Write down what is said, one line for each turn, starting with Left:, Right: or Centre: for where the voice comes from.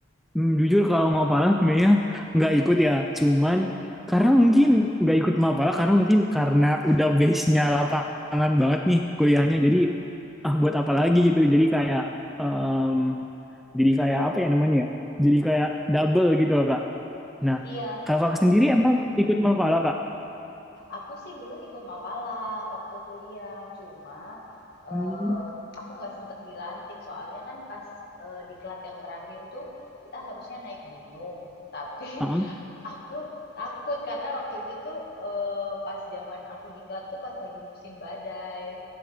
Centre: hmm, jujur kalau Mapala sebenarnya nggak ikut ya. Cuman karena mungkin nggak ikut Mapala karena mungkin karena udah base-nya lapangan banget nih kuliahnya. Jadi ah buat apa lagi gitu jadi kayak em, jadi kayak apa ya namanya ya jadi kayak double gitu loh kak nah
Left: Iya,
Centre: kakak
Left: heeh
Centre: sendiri emang ikut Mapala kak
Left: Aku sih dulu ikut Mapala waktu kuliah, cuma, eee,
Centre: Hmm.
Left: aku nggak sempet dilantik soalnya kan pas, eee, diklat yang terakhir tuh kita harusnya naik gunung, <laughs> tapi
Centre: Ah,
Left: Aku takut karena waktu itu tuh, eee, pas zaman aku diklat tuh pas lagi musim badai.